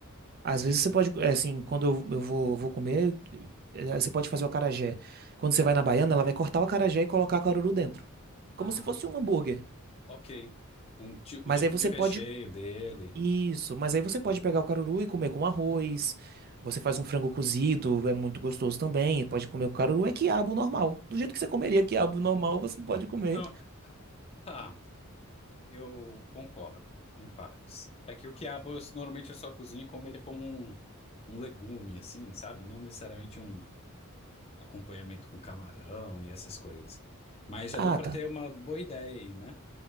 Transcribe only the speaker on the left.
Entendi.
Ah,
ok. Um, ti-
o tipo
de recheio
dele.
Não, tá. Eu concordo, em partes. É que o quiabo eu, normalmente eu só cozinho e como ele como um, um legume, assim, sabe? Não necessariamente um. acompanhamento com camarão e essas coisas. Mas já deu
para
ter uma boa ideia aí, né?